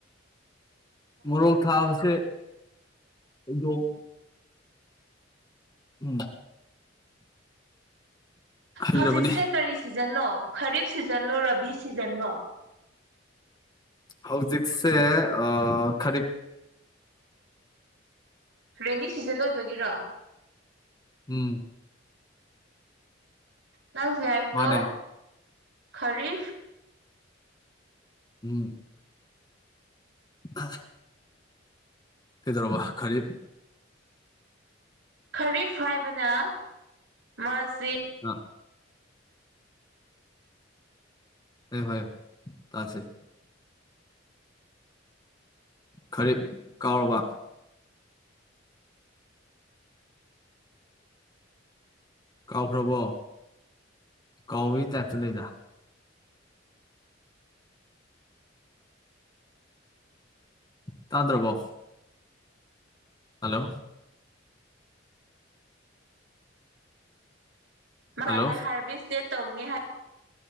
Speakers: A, on the left; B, on the right.
A: ꯃꯣꯔꯣꯛ ꯊꯥꯕꯁꯦ ꯐꯩꯗꯣꯝ ꯎꯝ ꯍꯩꯔꯕꯅꯤ
B: ꯍꯧꯖꯤꯛꯁꯦ ꯀꯔꯤ ꯁꯤꯖꯟꯅꯣ ꯈꯔꯤꯞ ꯁꯤꯖꯟꯂꯣ ꯔꯥꯕꯤ ꯁꯤꯖꯟꯂꯣ
A: ꯍꯧꯖꯤꯛꯁꯦ ꯑꯥ ꯈꯔꯤꯞ
B: ꯔꯦꯅꯤ ꯁꯤꯖꯟ ꯑꯣꯏꯕꯒꯤꯔꯣ
A: ꯎꯝ
B: ꯅ ꯍꯧꯖꯤꯛ ꯍꯥꯢꯕꯗꯣ
A: ꯃꯥꯅꯦ
B: ꯈꯔꯤ
A: ꯎꯝ <unintelligible> ꯀ‌ꯦꯗꯧꯔꯕ ꯈꯔꯤꯞ
B: ꯈꯔꯤꯐ ꯍꯥꯏꯕꯅ ꯃꯥꯁꯤ
A: ꯑ ꯍꯥꯢꯌꯣ ꯍꯥꯢꯌꯣ ꯇꯥꯁꯤ ꯈꯔꯤꯞ ꯀꯥꯎꯔꯕ ꯀꯥꯎꯈ꯭ꯔꯕꯣ ꯀꯥꯎꯕꯒꯤ ꯇꯥꯏꯞꯇ ꯂꯩꯗ ꯇꯥꯗ꯭ꯔꯕꯣ ꯍꯂꯣ
B: ꯃꯔꯥꯟꯗ
A: ꯍꯜꯂꯣ
B: ꯍꯥꯔꯚꯤꯁ ꯇ‌ꯦꯠ ꯇꯧꯅꯤ ꯍꯥꯏ